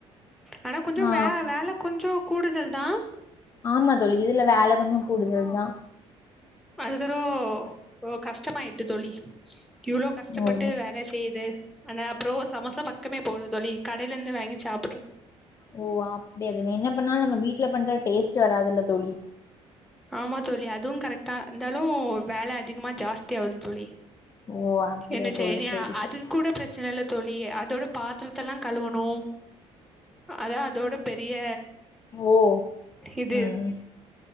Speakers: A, in the centre; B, on the left.
A: ஆனா கொஞ்சோ
B: ஆ
A: வே வேல கொஞ்சோ கூடுதல்தா
B: ஆமா தோழி இதுல வேல கொஞ்சோ கூடுதல்தா
A: வந்துறோ ஒ கஷ்டமாயிட்டு தோழி இவ்ளோ கஷ்டப்பட்டு
B: ஓ
A: வேல செய்து ஆனா அப்பறோ சமோசா பக்கமே போல தோழி கடையிலந்து வாங்கி சாப்
B: ஓ அப்டியா தோழி என்ன பண்ணாலு நம்ம வீட்ல பண்ற டேஸ்ட் வராதுல்ல தோழி
A: ஆமா தோழி அதுவு கரெக்ட்தா இருந்தாலு வேல அதிகமா ஜாஸ்தி ஆவுது தோழி
B: ஓ அப்டியா
A: என்ன செய்ய
B: தோழி சேரி சேரி
A: அது கூட பிரச் ச்சன இல்ல தோழி அதோட பாத்திரத்த எல்லா கழுவணு அதான் அதோட பெரிய
B: ஓ
A: இது
B: ம்